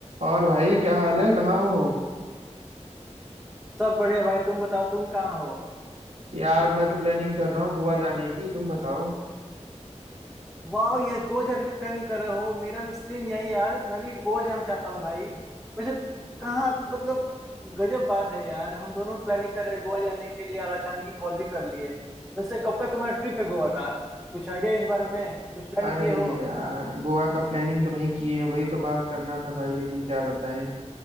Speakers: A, on the right (about 80°); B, in the centre.
A: और भाई क्या हाल है कहाँ हो
B: सब बड़े भाई तुम बताओ तुम कहाँ हो
A: यार मैं तो प्लानिंग कर रहा हूँ गोवा जाने की तुम बताओ
B: वाह यार गोवा जाने की प्लानिंग कर रहे हो मेरा भी सेम यही है यार मैं भी गोवा जाना चाहता हूँ भाई वैसे कहाँ मतलब गजब बात है यार हम दोनों प्लानिंग कर रहे हैं गोवा जाने के लिए और अचानक ही कॉल भी कर लिए वैसे कब का तुम्हारा ट्रिप है गोवा का कुछ आइडिया इस बारे में कुछ प्लान
A: अरे
B: किए हो
A: यार गोवा का प्लानिंग तो नहीं किए हैं वही तो बात करना था भाई लेकिन क्या बताएं